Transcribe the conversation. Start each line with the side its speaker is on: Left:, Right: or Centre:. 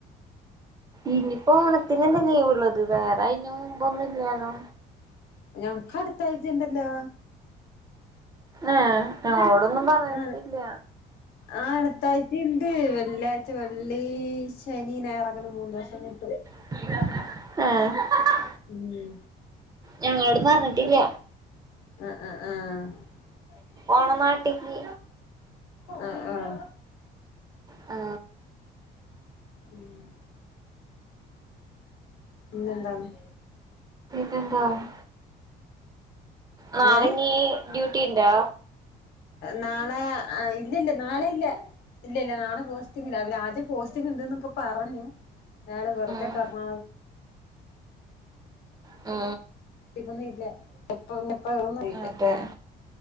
Right: ഇനിപ്പോ ഓണത്തിന എന്താ ലീവ്ള്ളത് വേറെ അന് മുമൻ്പൊന്നുംല്ലാലോ
Left: ഞങ്ങക്ക് അടുത്തഴ്ചുണ്ടല്ലോ
Right: ഏ ഞങ്ങളോടൊന്നും പറഞ്ഞട്ടല്ല
Left: ആ ആ അടുത്താഴ്ചുണ്ട് വെള്ളിയാഴ്ച വെള്ളി ശനി നേറങ്ങണ മൂന്ന് ദിവസം <unintelligible>
Right: ഉഏ
Left: ഉം
Right: ഞങ്ങളോട് പറഞ്ഞിട്ടില്ല
Left: ആഹ ആഹ ആഹ
Right: ഓണനാട്ടിക്ക്
Left: ആഹ ആഹ
Right: ആ
Left: ഉം പിന്നെന്താന്ന്
Right: തൻന്താണ് നാളെ
Left: ഏഹ്
Right: നീ ഡ്യൂട്ടിണ്ടോ
Left: നാളെ ആ് ഇല്ല ഇല്ല നാളെ ഇല്ല ഇല്ല ഇല്ല നാളെ പോസ്റ്റിങ്ങില്ല അവര് ആദ്യെ പോസ്റ്റിങ് ഉണ്ട് എന്നൊക്കെ പറഞ്ഞു ടെ വെറുതെ
Right: ഉം
Left: പറണ
Right: ആ
Left: ഇന്നല്ല എപ്പപ്പന്നും ഇല്ല
Right: അതെ